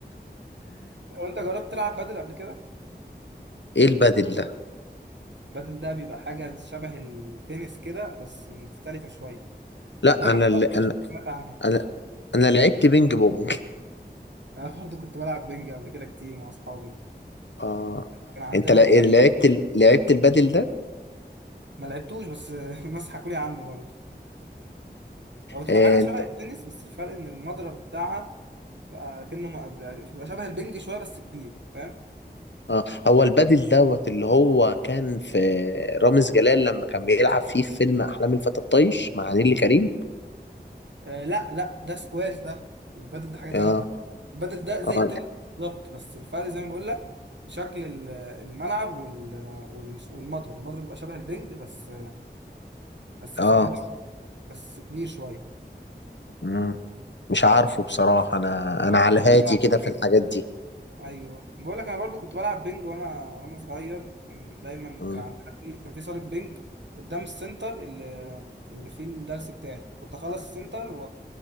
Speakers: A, on the right; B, on the left.
A: هو انت جربت تلعب بدل قبل كده
B: ايه البدل ده
A: بدل ده بيبقى حاجه شبه التنس كده بس مختلفه شويه
B: لا
A: وانا ما
B: انا اللي
A: كنت
B: انا
A: سمعت عنها
B: انا انا لعبت بينج بونج
A: انا برضه كنت بلعب بنج قبل كده كتير مع اصحابي
B: اه
A: كان عندنا
B: انت لع-
A: قدام
B: لعبت ال- لعبت البدل ده
A: ما لعبتوش بس <laughs> الناس حكوا لي عنه برضه هو بتبقى
B: امم
A: حاجه شبه التنس بس الفرق ان المضرب بتاعها بقى كأنه ما- بيبقى شبه البنج شويه بس كبير فاهم
B: اه هو البادل دوت اللي هو كان في رامز جلال لما كان بيلعب فيه في فيلم احلام الفتى الطايش مع نيللي كريم
A: آه لا لا ده سكواش ده البادل ده حاجة
B: اه
A: تانية البادل ده زي
B: اه
A: التنس بالظبط بس الفرق زي ما بقول لك شكل ال- الملعب وال وال- والمضرب المضرب بيبقى شبه البنج بس بس
B: اه
A: اسمه ايه ده؟ بس كبير شوية
B: مم. مش عارفه بصراحة انا
A: انا
B: انا
A: برضو
B: على
A: كنت
B: هاتي
A: بلعب
B: كده في الحاجات دي
A: ايوه بقول لك انا برضو كنت بلعب بينج وانا وانا صغير كان دايما
B: مم.
A: كان عندنا في كان في صاله بينج قدام السنتر اللي اللي فيه الدرس بتاعي كنت اخلص السنتر و...